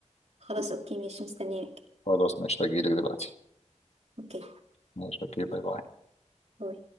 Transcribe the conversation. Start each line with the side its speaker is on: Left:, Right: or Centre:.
Right: خلاص اوكي ماشي مستنياك
Left: خلاص ماشي هجيلك دلوقتي
Right: اوكي
Left: ماشي اوكي باي باي
Right: باي